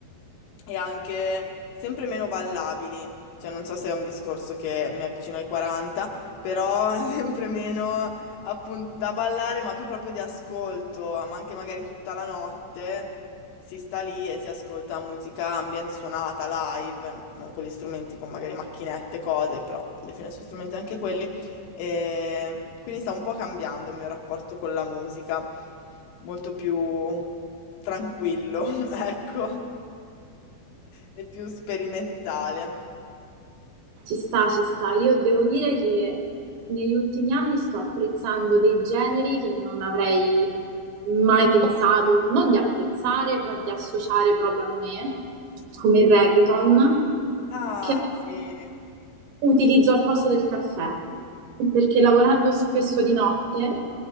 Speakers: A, on the left; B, on the right.
A: e anche sempre meno ballabili. Cioè, non so se è un discorso che mi avvicina ai 40, però <laughs> sempre meno appunto da ballare, ma più proprio di ascolto, ma anche magari tutta la notte si sta lì e si ascolta musica ambient suonata live, non con gli strumenti, con magari macchinette, cose, però alla fine sono strumenti anche quelli. E quindi sta un po' cambiando il mio rapporto con la musica, molto più tranquillo, <laughs> ecco. È più sperimentale.
B: Ci sta, ci sta. Io devo dire che negli ultimi anni sto apprezzando dei generi che non avrei mai pensato, non di apprezzare, però di associare proprio a me, come il reggaeton,
A: Ah,
B: che
A: sì.
B: utilizzo al posto del caffè, perché lavorando spesso di notte